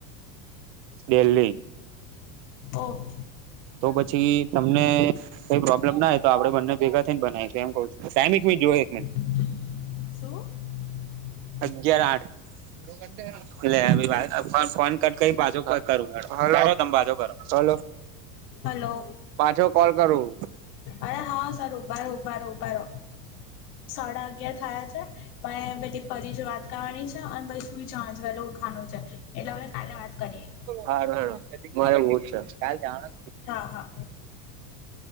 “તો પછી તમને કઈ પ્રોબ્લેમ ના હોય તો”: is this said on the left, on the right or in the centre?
Right